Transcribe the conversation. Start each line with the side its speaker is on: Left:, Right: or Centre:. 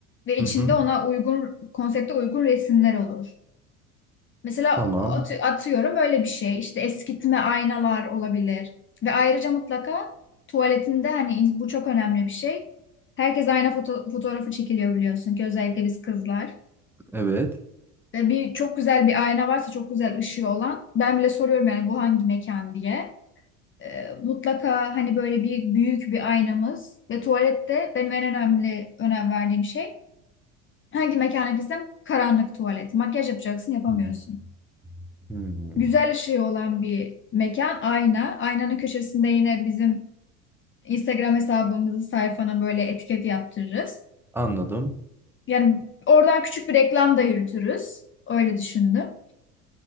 Left: ve içinde
Centre: Hı hı.
Left: ona uygun konsepte uygun resimler olur. Mesela
Centre: Tamam.
Left: atı- atıyorum öyle bir şey. İşte eskitme aynalar olabilir. Ve ayrıca mutlaka tuvaletinde hani in- bu çok önemli bir şey. Herkes ayna foto fotoğrafı çekiliyor biliyorsun ki özellikle biz kızlar.
Centre: Evet.
Left: Ve bir çok güzel bir ayna varsa çok güzel ışığı olan. Ben bile soruyorum yani bu hangi mekan diye. Ee, mutlaka hani böyle bir büyük bir aynamız ve tuvalette benim en önemli önem verdiğim şey. Hangi mekana gitsem karanlık tuvalet. Makyaj yapacaksın yapamıyorsun.
Centre: Hmm. Hmm.
Left: güzel ışığı olan bir mekan ayna. Aynanın köşesinde yine bizim Instagram hesabımızı sayfanın böyle etiket yaptırırız.
Centre: Anladım.
Left: Yani oradan küçük bir reklam da yürütürüz. Öyle düşündüm.